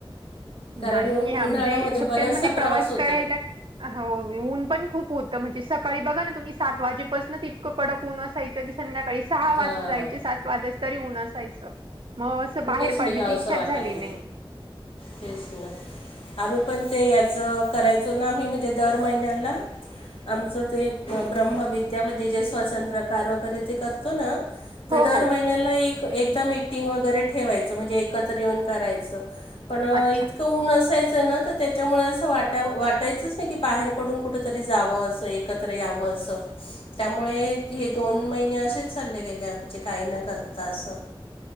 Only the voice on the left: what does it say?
कारण
उन्हाळ्यामध्ये
बराचसा
होतो.
हां.
कुठंच
निघावसं
वाटत
तेच ना आम्ही पण, ते याचं करायचो ना आम्ही म्हणजे दर महिन्याला. आमचं ते ब्रह्मविद्या म्हणजे, जे स्वतंत्रकार वगैरे ते करतो ना, तर
दर
महिन्याला एक एकदा मिीटिंग वगैरे, ठेवायचं म्हणजे एकत्र येऊन करायचं. पणं
इत क ऊन असायचं ना, तर त्याच्यामुळे असं वाटाव वाटायचंच नाही की बाहेर पडून कुठंतरी जावं असं एक. एकत्र यावं असं. त्यामुळे हे दोन महिने असेच चालले गेले आमचे काही न करता असं.